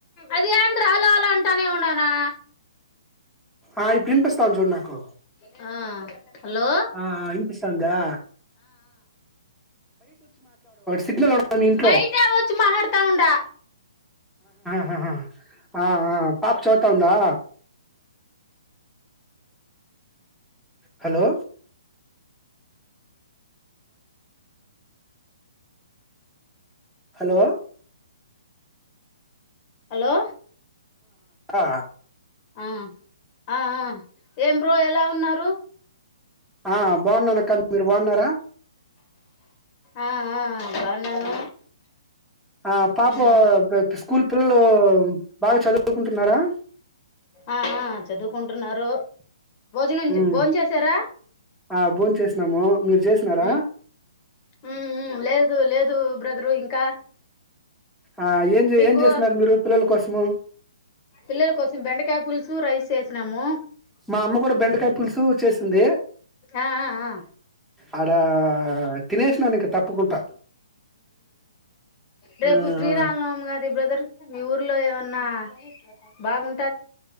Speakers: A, on the left; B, in the centre.
A: ఏది ఆంంద్రలోలో అంటానే ఉన్నానా
B: ఆ ఇప్పుడు వినిపిస్తుంది తంజోరు నాకు
A: ఆ హలో
B: ఆ వినిపిస్తుందా సిగ్నల్ ఉండదు మీ ఇంట్లో
A: బయట అవచ్చు మాహడతా ఉండా
B: ఆహా ఆ పాపు చదువుతుందా హలో హలో
A: హలో
B: ఆ
A: ఆ ఆ ఏం బ్రో ఎలా ఉన్నారు
B: ఆ బాగున్నాను అక్క మీరు బాగున్నారా
A: ఆ ఆ బాగున్నాను
B: ఆ పాప
A: ఉమ్
B: స్కూల్ పిల్లలు బాగా చదువుకుంటున్నారా
A: ఆ ఆ చదువుకుంటున్నారు భోజనం
B: ఉమ్
A: భోన చేసారా
B: ఆ భోన్ చేసినాము మీరు చేసినారా
A: ఉ ఉ ఉ లేదు లేదు అదు బ్రదరు ఇంకా
B: ఆ ఏం
A: మీకు
B: ఏం చేస్తున్నారు మీరు పిల్లల కోసం ము
A: పిల్లల కోసం బెండక య పులుసు రైస్ చేసినాము
B: మా అమ్మ కూడా బండకా పులుసు చేసింది
A: ఆ ఆ ఆ
B: ఆడ తినేసినాను ఇంక తప్పకుంట
A: రేపు
B: ఆ
A: శ్రీరామ్
B: ఆ
A: నవం గది బ్రదర్ మీ ఊర్లో ఏమన్నా బాగుంటే